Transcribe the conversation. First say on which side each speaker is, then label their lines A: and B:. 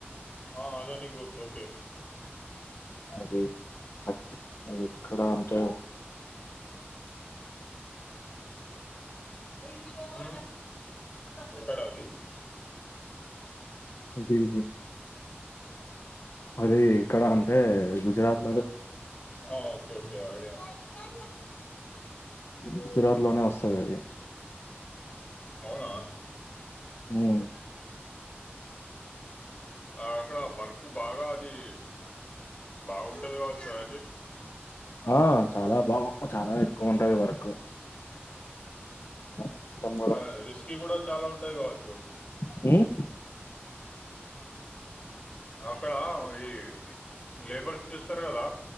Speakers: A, on the left; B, on the left.
A: ఆ అదాని గ్రూప్స్ ఓకే
B: అది అద్ అది ఎక్కడ అంటే
A: హుమ్ ఎక్కడ అది
B: జీనీ
A: ఆ
B: అది ఇక్కడ అంటే గుజరాత్ లోనే
A: ఆ ఓకే ఓకే ఓ ఐడియా ఉంది
B: గుజరాత్ లోనే వస్తాది అది
A: అవునా
B: హుమ్మ్
A: అ ఆ అక్కడ వర్క్ బాగా, అది బాగుంటది కావచ్చు. కదండి
B: ఆ చాలా వామ్మో చాలా ఎక్కువ ఉంటది వర్క్ కష్టం
A: ఆ రిస్కీ కూడా చాలా, ఉంటాయి కావచ్చు.
B: హుమ్
A: అక్కడ ఈ లేబర్స్ చూస్తారు. కదా